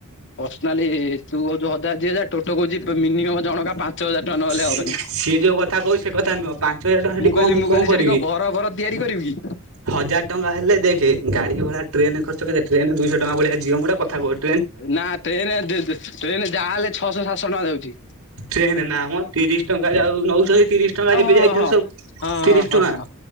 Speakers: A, on the left; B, on the right.
A: ପର୍ସନାଲି ତୁ କହୁଚୁ ହଜାର ଦିହଜାର ଟୋଟୋ କହୁଚି ମିନିମମ ଜଣକା ପାଞ୍ଚ ହଜାର ଟଙ୍କା ନହେଲେ ହବନି।
B: ସି ସିଏ ଯୋଉ କଥା କହୁଛି ସେ କଥା ନୁହଁ ପାଞ୍ଚ ହଜାର ଟଙ୍କା ସେଠି
A: ମୁଁ
B: କଣ
A: କହିଲି ମୁଁ
B: କଣ
A: କହିଲି
B: କରିବି?
A: ସେଠି କଁ ଘର ଫର ତିଆରି କରିବୁ କି?
B: ହଜାର ଟଙ୍କା ହେଲେ ଦେଖେ ଗାଡି ଭଡ଼ା ଟ୍ରେନେ ଖର୍ଚ୍ଚ କେଜାଏ ଟ୍ରେନ ଦୁଇଶହ ଟଙ୍କା ଭଳିଆ ଯିଅ ମୁଁ ଗୋଟା କଥାକୁ କହୁ
A: ନା ଟ୍ରେନେ ଟ୍ରେନେ ଯାହାହେଲେ ଛଅଶହ ସାତଶହ ଟଙ୍କା ଯାଉଚି।
B: ଟ୍ରେନେ ନା ମ। ତିରିଶ ଟଙ୍କା ଯାଉ ନେଉଚନ୍ତି ତିରିଶ ଟଙ୍କା
A: ଓ
B: ଏବେ
A: ହଁ
B: ଯାଇଚନ୍ତି
A: ହଁ ହଁ।
B: ସବୁ
A: ହଁ
B: ତିରିଶ
A: ହଁ
B: ଟଙ୍କା।
A: ହଁ ହଁ